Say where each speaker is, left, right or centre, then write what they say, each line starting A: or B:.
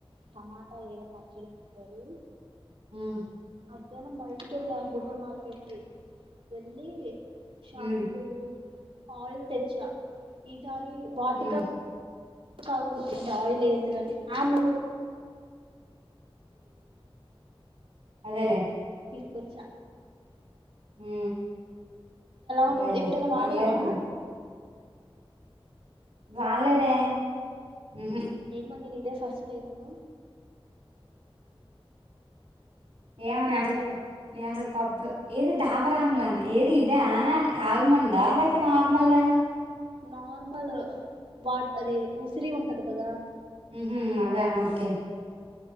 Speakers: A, on the right (about 65°); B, on the right (about 85°).
A: టమాటా ఏదో పచ్చడి చేసారు
B: హు
A: మధ్యానం బయటికి వెళ్ళ సూపర్ మార్కెట్కి వెళ్ళి షాంపూలు
B: ఉమ్
A: ఆయిల్ తెచ్చ ఈ సారి వాటిిక
B: ఉమ్
A: <unintelligible> ఇంత ఆయిల్ ఎంతదండి ఆమ్ల
B: అదేలేే
A: తెచ్చ
B: హు
A: ఉంటది
B: అదేలేే
A: ఎప్పుడైనా
B: పర్లేదు
A: వాడావా
B: రాలేదే ఉహు
A: ఏమో నేను ఇదే ఫస్ట్ టైము డాబర్
B: ఏమో నేను అసలు
A: ఆమ్లా
B: నేను అసలు కొబ్బ ఏది డాబర్ ఆమ్లానా ఏది ఇదా ఆల్మండ లేకపోతే నార్మల్దా
A: నార్మల్ వా అది ఉసిరి ఉంటది కదా
B: హూ హు అద ఓకే